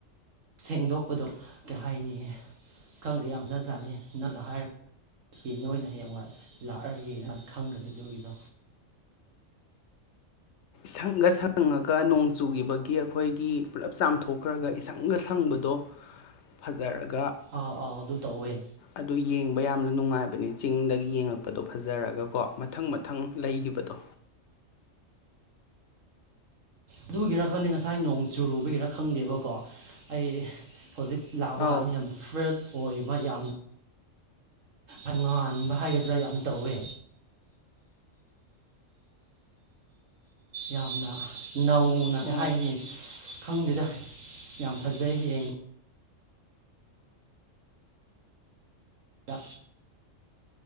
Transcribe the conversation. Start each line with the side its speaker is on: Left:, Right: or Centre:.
Right: ꯁꯦꯡꯗꯣꯛꯄꯗꯣ ꯀꯩ ꯍꯥꯏꯅꯤꯌꯦ ꯈꯪꯗꯦ ꯌꯥꯝꯖꯖꯥꯠꯅꯤ ꯅꯪꯒ ꯍꯥꯏꯔ ꯌꯦ ꯅꯣꯏꯅ ꯍꯌꯦꯡꯋꯥꯏ ꯂꯥꯛꯑꯒ ꯌꯦꯡꯅ ꯈꯪꯒꯅꯤ ꯑꯗꯨꯒꯤꯗꯣ
Left: ꯁꯪꯉ ꯁꯪꯉꯒ ꯅꯣꯡ ꯆꯨꯈꯤꯕꯒꯤ ꯑꯩꯈꯣꯏꯒꯤ ꯄꯨꯂꯞ ꯆꯥꯝꯊꯣꯛꯈ꯭ꯔꯒ ꯏꯁꯪꯒ ꯁꯪꯕꯗꯣ ꯐꯖꯔꯒ
Right: ꯑꯥꯎ ꯑꯥꯎ ꯑꯗꯨ ꯇꯧꯋꯦ
Left: ꯑꯗꯨ ꯌꯦꯡꯕ ꯌꯥꯝꯅ ꯅꯨꯡꯉꯥꯏꯕꯅꯤ ꯆꯤꯡꯗꯒꯤ ꯌꯦꯡꯉꯛꯄꯗꯣ ꯐꯖꯔꯒꯀꯣ ꯃꯊꯪ ꯃꯊꯪ ꯂꯩꯒꯤꯈꯤꯕꯗꯣ
Right: ꯑꯗꯨꯒꯤꯔ ꯈꯪꯗꯦ ꯉꯁꯥꯏ ꯅꯣꯡ ꯆꯨꯔꯨꯕꯒꯤꯔ ꯈꯪꯗꯦꯕꯀꯣ ꯑꯩ ꯍꯧꯖꯤꯛ ꯂꯥꯛꯑꯕ
Left: ꯑꯥꯎ
Right: ꯀꯥꯟꯗ ꯌꯥꯝ ꯐ꯭ꯔꯦꯁ ꯑꯣꯏꯕ ꯌꯥꯝꯅ ꯑꯉꯥꯟꯕ ꯍꯥꯏꯒꯗ꯭ꯔꯥ ꯌꯥꯝ ꯇꯧꯋꯦ ꯌꯥꯝꯅ ꯅꯧꯅ ꯀꯩ
Left: ꯑꯣ
Right: ꯍꯥꯏꯅꯤ ꯈꯪꯗꯦꯗ ꯌꯥꯝ ꯐꯖꯩ ꯌꯦꯡꯕ ꯌꯥ